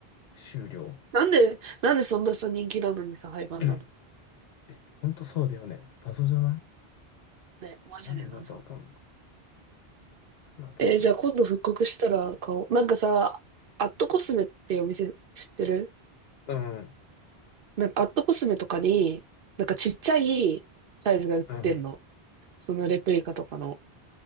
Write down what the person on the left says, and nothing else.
終了。
<clears throat> え、ほんとそうだよね。謎じゃない
なんでなんかわかんない。なんなんだろうね。
うん、
うん、